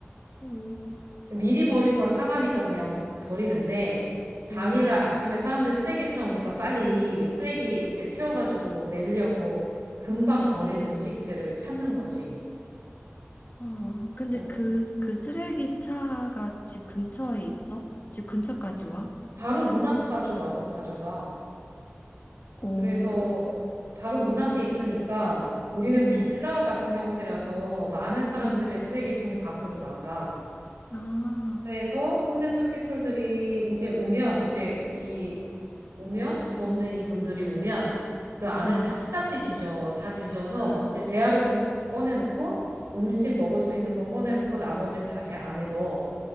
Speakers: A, on the left; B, on the right.
A: 오,
B: 미리 버린 건 사가니까 그냥 버리는데 당일날
A: 오.
B: 아침에 사람들 쓰레기 차 오니까 빨리 쓰레기 이제 채워가지고 내려고 금방 버린 음식들을 찾는 거지.
A: 아, 근데
B: 어,
A: 그, 그 쓰레기 차가 집 근처에 있어? 집 근처까지 와?
B: 바로 문 앞 가지고 와서 가져가.
A: 오,
B: 그래서
A: 오,
B: 바로 문 앞에 있으니까 우리는
A: 음,
B: 빌라 같은 형태라서 많은 사람들의
A: 음,
B: 쓰레기통이 밖으로 나가.
A: 아,
B: 그래서 홈리스 피플들이 이제 오면 이제 이 오면 집 없는 이분들이 오면 그 안을
A: 음,
B: 샅샅이 뒤져 다 뒤져서
A: 아,
B: 이제 재활용품 꺼내놓고 음식 먹을 수 있는 거 꺼내놓고 나머지는 다시 안에 넣어.